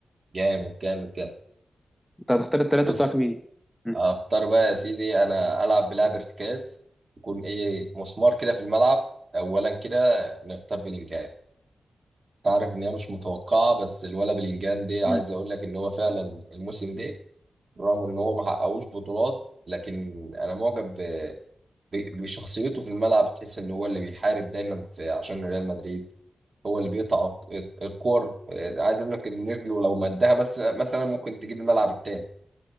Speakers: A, on the right; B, in the centre.
A: جامد جامد جامد
B: انت هتختار التلاتة
A: بص
B: بتوعك مين؟ مم.
A: اختار بقى يا سيدي انا العب بلعب ارتكاز يكون ايه مسمار كده في الملعب اولا كده نختار بلينجهام تعرف ان هي مش متوقعه بس الولا بلينجهام دي عايز
B: مم.
A: اقول لك ان هو فعلا الموسم ده رغم ان هو ما حققوش بطولات لكن انا معجب ب- ب- بشخصيته في الملعب تحس ان هو اللي بيحارب دايما في عشان ريال مدريد هو اللي بيقطع الك- الكور عايز اقول لك ان رجله لو مدها بس مثلا ممكن تجيب الملعب التاني